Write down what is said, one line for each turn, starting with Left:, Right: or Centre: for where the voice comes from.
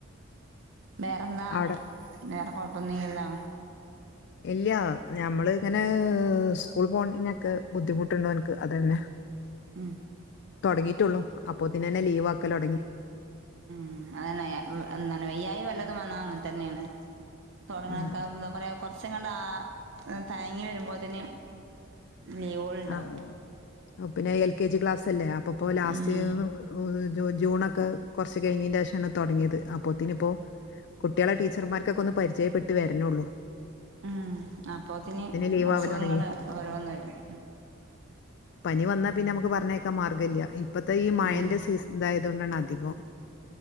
Right: വേറെന്താ
Left: അവിടെ
Right: വേറെ കൊഴപ്പൊന്നുല്ല ല്ലോ
Left: ഇല്ല ഞമ്മള് ഇങ്ങനെ സ്കൂൾ പോണിനൊക്കെ ബുദ്ധിമുട്ടുണ്ട് ഓൻക്ക് അതന്നെ
Right: ഉം
Left: തോടങ്ങിട്ടുള്ളൂ അപ്പൊത്ത്നെന്നെ ലീവ് ആക്കൽ തോടങ്ങി
Right: ഉം അതന്നെ എന്താണ് വയ്യായി വല്ലതും വന്നാ അങ്ങൻ തന്നെയാണ് തുടങ്ങാക്കാ
Left: ആഹ്
Right: എന്താ പറയാ കുറച്ചങ്ങണ്ട് ആഹ് തയങ്ങി വരുമ്പോത്ത്ന് ലീവളുണ്ടാവും
Left: ആഹ് പിന്നെ എൽ കെ ജി ക്ലാസ് അല്ലേ അപ്പൊപ്പോ ലാസ്റ്റ്
Right: ഉം
Left: ജൂ ജൂണൊക്കെ കൊർച് കഴിഞ്ഞിന്റെശാണ് തോടങ്ങിയത് അപ്പൊത്തിനിപ്പോ കുട്ട്യാളെ ടീച്ചർമാര്ക്കൊക്കെ ഒന്ന് പരിചയപ്പെട്ട് വർണോള്ളൂ
Right: ഉം അപ്പോത്തിന്
Left: ലീവ്
Right: അസുഖങ്ങള്
Left: ആവൽ തുടങ്ങി
Right: ഓരോന്ന് വരും
Left: പനി വന്നാ പിന്നെ നമുക്ക് പറഞ്ഞേക്കാൻ മാർഗല്ല ഇപ്പത്തെ ഈ മഴന്റെ
Right: ഉം
Left: സീസൺ ഇതായത് കൊണ്ടാണ് അധികം